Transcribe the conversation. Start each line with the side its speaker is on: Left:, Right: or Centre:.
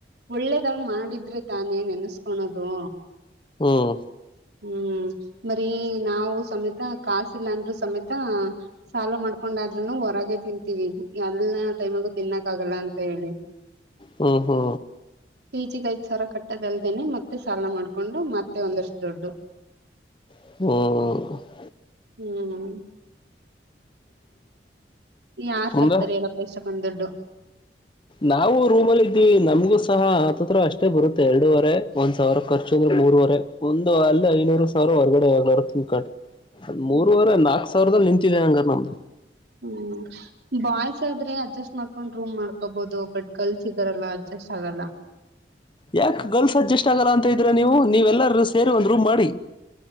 Right: ಒಳ್ಳೇದಾಗ ಮಾಡಿದ್ರೆ ತಾನೇ ನೆನ್ಸ್ಕೊಳದು.
Left: ಹ್ಮ್
Right: ಹ್ಮ್ ಬರಿ ನಾವು ಸಮೇತ ಕಾಸಿಲ್ಲಾಂದ್ರು ಸಮೇತ. ಸಾಲ ಮಾಡ್ಕೊಂಡಾದ್ರುನು ಹೊರಗೆೇ ತಿಂತೀವಿ ಎಲ್ಲ ಟೈಮಗು ತಿನ್ನಕ್ ಆಗಲ್ಲ ಅಂತ ಹೇಳಿ.
Left: ಹ್ಮ ಹ್ಮ
Right: ಪಿ ಜಿ ಗೆ ಐದ್ ಸಾವಿರ ಕಟ್ಟೋದಲ್ದೇನೆ ಮತ್ತೆ ಸಾಲ ಮಾಡ್ಕೊಂಡು ಮತ್ತೆ ಒಂದಷ್ಟು. ದುಡ್ಡು.
Left: ಹ್ಮ್ ಹ್ಮ್
Right: ಹ್ಮ್ ಯಾರ್
Left: ಮುಂದ
Right: ಕಟ್ತಾರೆ ಹೇಳಪ್ಪ ಇಸ್ಟೊದು ದುಡ್ಡು.
Left: ನಾವು ರೂಮಲ್ಲಿ ಇದ್ದೀವಿ ನಮ್ಗೂ ಸಹ ಹತ್ಹತ್ತಿರ ಅಷ್ಟೇ ಬರುತ್ತೆ ಎರಡೂವರೆ. ಒಂದ್ ಸಾವಿರ ಖರ್ಚುದ್ರೆ ಮೂರವರೆ ಒಂದು ಅಲ್ಲಿ ಐನೂರು ಸಾವಿರ ಹೊರ್ಗಡೆ ಎಲ್ಲಾದ್ರೂ ತಿನ್ಕೋಳೋದ್. ಅದ್ ಮೂರ್ವರೆ
Right: ಹ್ಮ್
Left: ನಾಕ್ ಸಾವಿರದದಲ್ಲಿ ನಿಂತಿದೆ ಹಂಗರೆ ನಮ್ದು.
Right: ಹ್ಮ್. ಬಾಯ್ಸ್ ಆದ್ರೆ ಅಡ್ಜಸ್ಟ್ ಮಾಡ್ಕೊಂಡ್ ರೂಮ್ ಮಾಡ್ಕೋಬಹುದು ಬಟ್ ಗರ್ಲ್ಸ್ ಇದಾರಲ್ಲ ಅಡ್ಜಸ್ಟ್ ಆಗಲ್ಲ.
Left: ಯಾಕೆ ಗರ್ಲ್ಸ್ ಅಡ್ಜಸ್ಟ್ ಆಗಲ್ಲ ಅಂತ ಇದ್ದೀರಾ ನೀವು ನೀವೆಲ್ಲರೂ ಸೇರಿ ಒಂದು ರೂಮ್ ಮಾಡಿ.